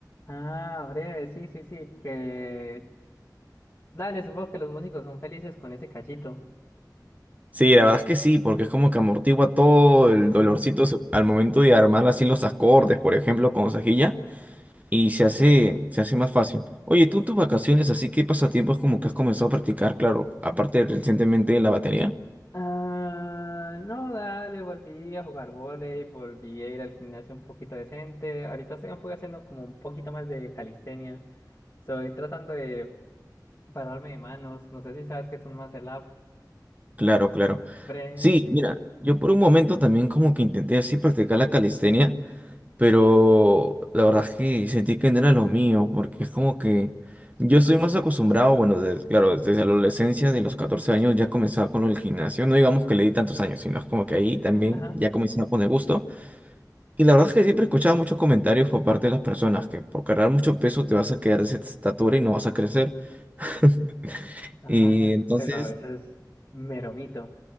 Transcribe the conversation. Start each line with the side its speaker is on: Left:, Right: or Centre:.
Left: Ah, breve, sí, sí, sí. Que... Dale, supongo que los músicos son felices con ese cachito.
Right: Sí, la verdad es que sí, porque es como que amortigua todo el
Left: Ujú.
Right: dolorcito se- al momento de armar así los acordes, por ejemplo, con cejilla, y se hace, se hace más fácil. Oye, tú en tus vacaciones, así que pasatiempos como que has comenzado a practicar, claro, aparte de recientemente la batería.
Left: Ah, no, dale, volví a jugar vóley, volví a ir al gimnasio un poquito decente. Ahorita estoy un poco haciendo como un poquito más de calistenia. Estoy tratando de pararme de manos. No sé si sabes que es un muscle up.
Right: Claro, claro.
Left: Breathing.
Right: Sí, mira, yo por un momento también como que intenté así practicar la calistenia, Pero la verdad es que sentí que no era lo mío, porque es como que yo estoy más acostumbrado, bueno, de- claro, desde la adolescencia, de los 14 años ya comenzaba con el gimnasio, no digamos que le di tantos años, sino es como que ahí también
Left: Ajá.
Right: ya comenzaba con el gusto. Y la verdad es que siempre escuchaba muchos comentarios por parte de las personas que por cargar mucho peso te vas a quedar de esa estatura y no vas a crecer. <laughs>
Left: Ajá,
Right: Y entonces
Left: pero eso es mero mito.